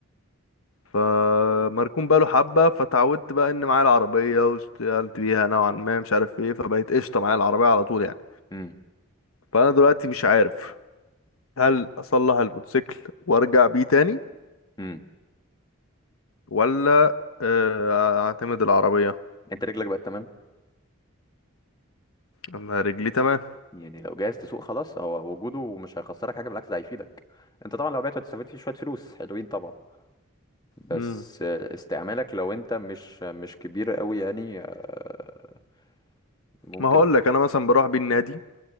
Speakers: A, on the left (about 80°); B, on the left (about 20°).
A: فمركون بقاله حبة فتعودت بقى ان معايا العربية واشتغلت بيها نوعا ما مش عارف ايه فبقيت قشطة معايا العربية على طول يعني
B: امم
A: فانا دلوقتي مش عارف هل اصلح الموتوسيكل وارجع بيه تاني
B: امم
A: ولا آه، اعتمد العربية
B: انت رجلك بقت تمام
A: انا رجلي تمام
B: يعني لو جاهز تسوق خلاص هو وجوده مش هيخسرك حاجه بالعكس ده هيفيدك انت طبعا لو بعت هتستفيد فيه شويه فلوس حلوين طبعا بس
A: مم.
B: آه، استعمالك لو انت مش مش كبير قوي يعني آه، ممكن
A: ما هقول لك انا مثلا بروح بيه النادي